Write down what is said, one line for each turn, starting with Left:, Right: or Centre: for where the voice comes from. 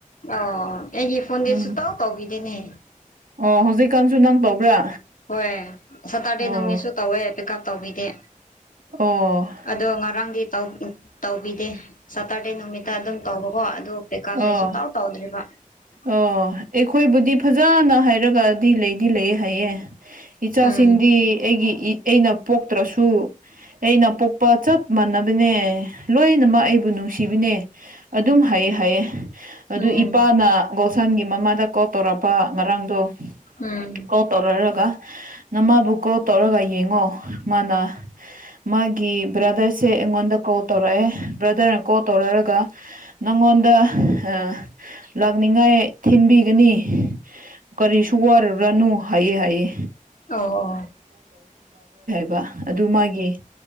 Left: ꯑꯣ ꯑꯩꯒꯤ ꯐꯣꯟꯗꯤ
Right: ꯎꯝ
Left: ꯁꯨꯛꯇꯧ ꯇꯧꯕꯤꯗꯦꯅꯦ꯫
Right: ꯑꯣ ꯍꯧꯖꯤꯛꯀꯥꯟꯁꯨ ꯅꯪ ꯇꯧꯕ꯭ꯔꯥ
Left: ꯍꯣꯏ ꯁꯇꯔꯗꯦ
Right: ꯑꯣ꯫
Left: ꯅꯨꯃꯤꯠꯁꯨ ꯇꯧꯋꯦ ꯄꯤꯛ ꯎꯞ ꯇꯧꯕꯤꯗꯦ
Right: ꯑꯣ
Left: ꯑꯗꯣ ꯉꯔꯥꯡꯗꯤ ꯇꯧ ꯎꯝ ꯇꯧꯕꯤꯗꯦ ꯁꯇꯔ ꯇꯩ ꯅꯨꯃꯤꯠꯇ ꯑꯗꯨꯝ ꯇꯧꯕꯀꯣ ꯑꯗꯨ ꯄꯦꯈꯥꯁꯦ
Right: ꯑꯣ
Left: ꯁꯨꯨꯛꯇꯥꯎ ꯇꯧꯗ꯭ꯔꯤꯕ
Right: ꯑꯣ ꯑꯩꯈꯣꯏꯕꯨꯗꯤ ꯐꯖꯅ ꯍꯥꯏꯔꯒꯗꯤ ꯂꯩꯗꯤ ꯂꯩꯌꯦ ꯍꯥꯏꯌꯦ ꯏꯆꯥꯁꯤꯡꯗꯤ
Left: ꯎꯝ
Right: ꯑꯩꯒꯤ ꯏ ꯑꯩꯅ ꯄꯣꯛꯇ꯭ꯔꯁꯨ ꯑꯩꯅ ꯄꯣꯛꯄ ꯆꯞ ꯃꯥꯟꯅꯕꯅꯦ ꯂꯣꯏꯅꯃꯛ ꯑꯩꯕꯨ ꯅꯨꯡꯁꯤꯕꯤꯅꯦ꯫ ꯑꯗꯨꯝ ꯍꯥꯏꯌꯦ ꯍꯥꯏꯌꯦ ꯑꯗꯨ
Left: ꯎꯝ
Right: ꯏꯄꯥꯅ ꯒꯣꯜꯁꯟꯒꯤ ꯃꯃꯥꯗ ꯀꯣꯜ ꯇꯧꯔꯛꯄ ꯉꯔꯥꯡꯗꯣ
Left: ꯎꯝ
Right: ꯀꯣꯜ ꯇꯧꯅꯔꯒ ꯅꯃꯥꯕꯨ ꯀꯣꯜ ꯇꯧꯔꯒ ꯌꯦꯡꯉꯣ ꯃꯥꯅ ꯃꯥꯒꯤ ꯕ꯭ꯔꯗꯔꯁꯦ ꯑꯩꯉꯣꯟꯗ ꯀꯣꯜ ꯇꯧꯔꯛꯑꯦ ꯑꯦ ꯕ꯭ꯔꯗꯔꯅ ꯀꯣꯜ ꯇꯧꯔꯔꯒ ꯅꯪꯉꯣꯟꯗ ꯍꯥ ꯅꯤꯡꯉꯥꯏ ꯊꯤꯟꯕꯤꯒꯅꯤ ꯀꯔꯤꯁꯨ ꯋꯥꯔꯨꯔꯅꯨ ꯍꯥꯏꯌꯦ ꯍꯥꯏꯌꯦ꯫
Left: ꯑꯣ
Right: <inaudible> ꯗꯨ